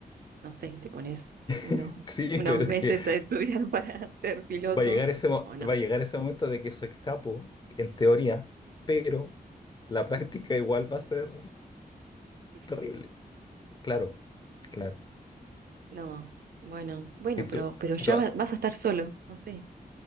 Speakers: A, on the right; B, on the left.
A: No sé, te pones unos,
B: <laughs> sí,
A: unos
B: pero es
A: meses
B: que
A: a estudiar <laughs> para ser piloto
B: va a llegar ese, mo-
A: o no.
B: va a llegar ese momento de que soy capo, en teoría, pero la práctica igual va a ser
A: Difícil.
B: terrible. Claro, claro.
A: No, bueno, bueno,
B: Y tú-
A: pero, pero
B: pero-
A: ya va- vas a estar solo, no sé.